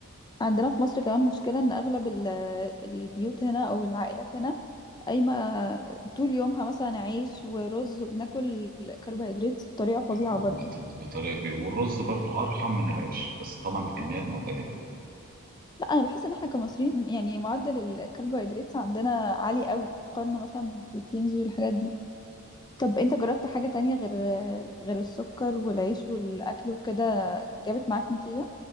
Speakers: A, on the left (about 20°); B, on the right (about 40°).
A: عندنا في مصر كمان مشكلة ان اغلب ال- البيوت هنا او العائلات هنا قايمة طول يومها مثلا عيش ورز وبناكل كربوهيدرات بطريقة فظيعة
B: بت-
A: برضو
B: بطريقه كبيره والرز برضو ارحم من العيش بس طبعا بكميات معتدله
A: لا انا بحس ان احنا كمصريين يعني معدل الكربوهيدرات عندنا عالي قوي مقارنة مثلا بالبروتينز والحاجات دي طب انت جربت حاجة تانية غير غير السكر والعيش والأكل وكده جابت معاك نتيجة؟